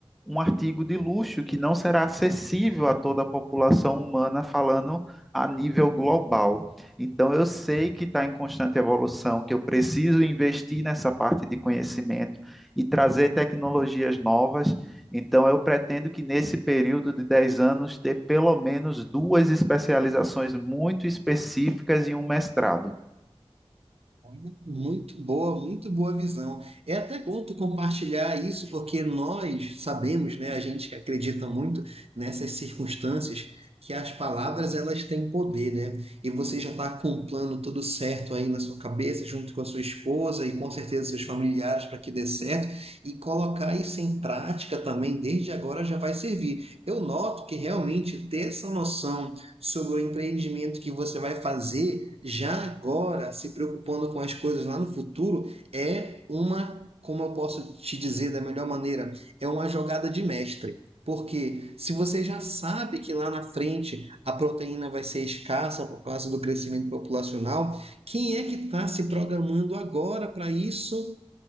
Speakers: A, in the centre; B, on the right.
A: um artigo de luxo que não será acessível a toda a população humana, falando a nível global. Então, eu sei que está em constante evolução, que eu preciso investir nessa parte de conhecimento e trazer tecnologias novas. Então, eu pretendo que nesse período de 10 anos ter pelo menos duas especializações muito específicas e um mestrado.
B: Olha, Muito boa, muito boa visão. É até bom tu compartilhar isso, porque nós sabemos, né, a gente que acredita muito nessas circunstâncias, que as palavras elas têm poder, né? E você já está com um plano tudo certo aí na sua cabeça, junto com a sua esposa e com certeza seus familiares para que dê certo, e colocar isso em prática também desde agora já vai servir. Eu noto que realmente ter essa noção sobre o empreendimento que você vai fazer já agora, se preocupando com as coisas lá no futuro, é uma, como eu posso te dizer da melhor maneira, é uma jogada de mestre. Porque se você já sabe que lá na frente a proteína vai ser escassa por causa do crescimento populacional, quem é que está se programando agora para isso